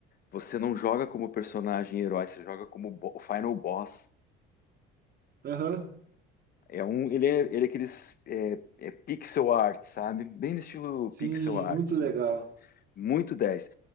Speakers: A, on the left; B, on the right.
A: Você não joga como personagem herói, você joga como bo- o final boss.
B: Aham,
A: É um, ele é, ele é aqueles é, é pixel art, sabe? Bem no estilo
B: Sim,
A: pixel art,
B: muito
A: sim.
B: legal.
A: Muito dez,